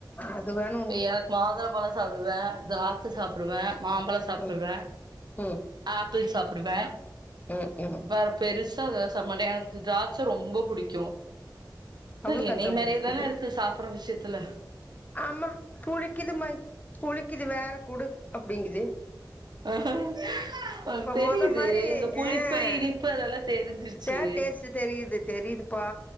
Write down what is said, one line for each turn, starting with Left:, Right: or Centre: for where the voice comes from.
Left: அது வேனு
Right: இப்ப எனக்கு மாதுள பழோ சாப்டுவே திராட்ச சாப்டுவே மாம்பழோ சாப்டுவே
Left: ம் ம்
Right: அ ப்பிள் சாப்டுவே
Left: ம் ம்
Right: வேர பெருசா எதாது சாப்பிடமாட்டேன் எனக்கு த்ராச்ச ரொம்ப புடிக்கும் அது
Left: அவளுக்கு
Right: என்னே
Left: அதா
Right: மாரியேதான
Left: புடிக்குது
Right: இருக்கு சாப்பற விஷயத்துல
Left: ஆமா புளிக்குது மை புளிக்குது வேற குடு அப்டிங்கிது
Right: அஹ் ஹ ஆ தெரியுது
Left: மொத மாரி
Right: இந்த புளிப்பு
Left: ஆ
Right: இனிப்பு அதெல்லா தெரிஞ்சிருச்சு
Left: தா டேஸ்ட் தெரியுது தெரியுதுப்பா